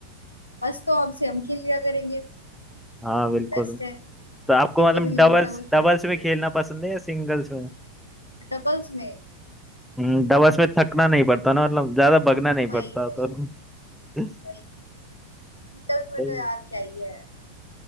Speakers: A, on the left; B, in the centre.
A: बस तो अब से हम खेल लिया करेंगे
B: हाँ बिल्कुल
A: ये बेस्ट है
B: तो आपको
A: मेरे
B: मतलब
A: को भी नहीं
B: डबल्स
A: मिलता कोई खेलने
B: डबल्स
A: के
B: में
A: लिए
B: खेलना पसंद है या सिंगल्स में
A: डबल्स में
B: हम्म डबल्स में थकना नहीं पड़ता ना मतलब ज्यादा भगना नहीं पड़ता
A: वही वही
B: तो <laughs>
A: वही सिंगल्स में
B: सही
A: तो यार क्या ही है